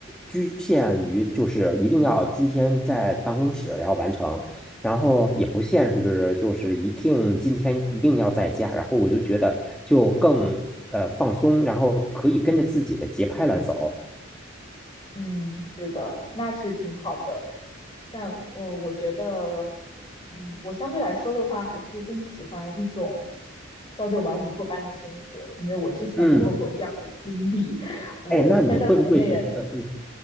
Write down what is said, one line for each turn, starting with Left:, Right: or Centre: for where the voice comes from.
Centre: 局限于就是一定要今天在办公室要完成，然后也不限制就是一定今天一定要在家，然后我就觉得就更呃放松，然后可以跟着自己的节拍来走。
Left: 嗯，是的，那是挺好的，但我呃我觉得，嗯，我相对来说的话，还是更喜欢一种朝九晚五坐班的生活，因为我之前也有过这样的经历，
Centre: 嗯，
Left: <laughs> 我之前在国内的，
Centre: 哎，那你会不会觉得，嗯，